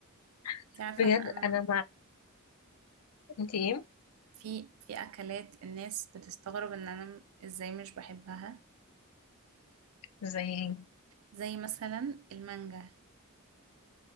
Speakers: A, on the left; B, on the right.
A: <laughs>
B: انت عارفة
A: بجد
B: ان انا
A: انا مع انتي ايه
B: في في اكلات الناس بتستغرب ان انا م- ازاي مش بحبها
A: زي ايه
B: زي مثلا المانجا